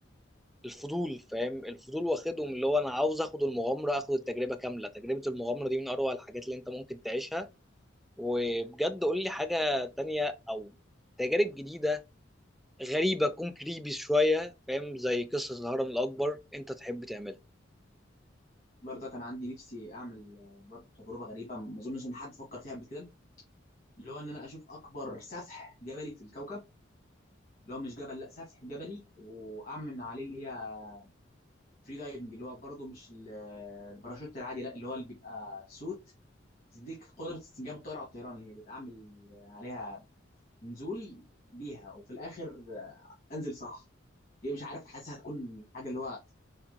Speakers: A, in the centre; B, on the left.
A: الفضول فاهم الفضول واخدهم اللي هو انا عاوز اخد المغامره اخد التجربه كامله تجربه المغامره دي من اروع الحاجات اللي انت ممكن تعيشها وبجد قول لي حاجه تانية او تجارب جديده غريبه تكون كريبي شويه فاهم زي قصه الهرم الاكبر انت تحب تعملها
B: برضه كان عندي نفسي اعمل آه، برضه تجربه غريبه ما اظنش ان حد فكر فيها قبل كده اللي هو ان انا اشوف اكبر سفح جبلي في الكوكب اللي هو مش جبل لا سفح جبلي واعمل عليه اللي هي فري دايفنج اللي هو برضه مش ال- الباراشوت العادي لا اللي هو اللي بيبقى سوت بتديك قدره استنجاب الطائره على الطيران اللي هي تعمل عليها نزول بيها وفي الاخر انزل صح هي مش عارف حاسسها هتكون حاجه اللي هو